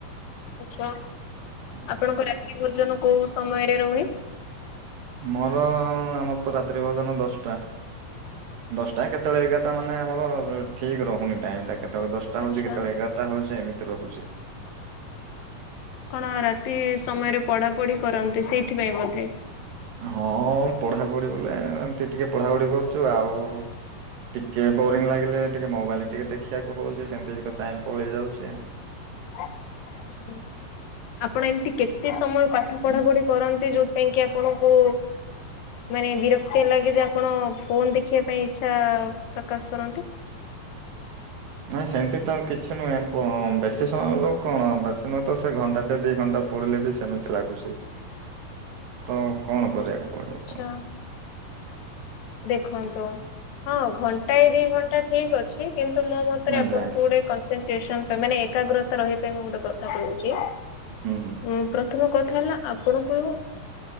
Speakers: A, on the left; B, on the right.
A: ଆଛା।
B: ହଁ।
A: ଆପଣଙ୍କ ରାତ୍ରୀ ଭୋଜନ କୋଉ ସମୟରେ ରୁହେ?
B: ମୋର ଆମର ତ ରାତ୍ରି ଭୋଜନ ଦଶଟା। ଦଶଟା କେତେବେଳେ ଏଗାରଟା। ମାନେ ଆମର ଠିକ ରହୁନି ଟାଇମ ଟା। କେତେବେଳେ ଦଶଟା
A: ଆଚ୍ଛା
B: ହଉଛି। କେତେବେଳେ ଏଗାରଟା ହଉଛି। ଏମିତି ରହୁଛି।
A: କଣ ରାତି ସମୟରେ ପଢା ପଢି କରନ୍ତି। ସେଇଥିପାଇଁ ବୋଧେ?
B: ହଁ ପଢାପଢି ବୋଲେ ଏମତି ଟିକେ ପଢାପଢି କରୁଛୁ। ଆଉ ଟିକେ ବୋରିଂ ଲାଗିଲେ ଟିକେ ମୋବାଇଲ ଟିକେ ଦେଖିବାକୁ ହଉଚି। ସେମତି ଟାଇମ ପଳେଇ ଯାଉଛି।
A: <unintelligible>
B: <unintelligible>
A: ଆପଣ ଏମିତି କେତେ ସମୟ ପାଠ ପଢା ପଢି କରନ୍ତି। ଯୋଉଥିପାଇଁ କି ଆପଣଙ୍କୁ ମାନେ ବିରକ୍ତି ଲାଗେ ଯେ ଆପଣ ଫୋନ ଦେଖିବା ପାଇଁ ଇଚ୍ଛା ପ୍ରକାଶ କରନ୍ତି।
B: ନାଇଁ ସେମିତି ତ କିଛି ନୁହେଁ। ବେଶୀ ସମୟ ଲୋକ କଣ ବେଶୀ ନୁହେଁ ତ ସେ ଘଣ୍ଟାଟେ ଦି ଘଣ୍ଟା ପଡିଲେ ବି ସେମିତି ଲାଗୁଛି। ତ କଣ କରିବାକୁ ପଡିବ।
A: ଆଚ୍ଛା
B: କୁହ?
A: ଦେଖନ୍ତୁ। ହଁ ଘଣ୍ଟା ଏ ଦି ଘଣ୍ଟା ଠିକ୍ ଅଛି। କିନ୍ତୁ ମୋ ମତରେ
B: ଆଜ୍ଞା
A: ଆପଣଙ୍କୁ
B: ଆଜ୍ଞା
A: ଗୋଟେ ମାନେ ଏକାଗ୍ରତା ରହିବା ମୁଁ ଗୋଟେ କଥା କହୁଛି। ଉ
B: ହୁଁ ହୁଁ
A: ପ୍ରଥମ କଥା ହେଲା ଆପଣଙ୍କୁ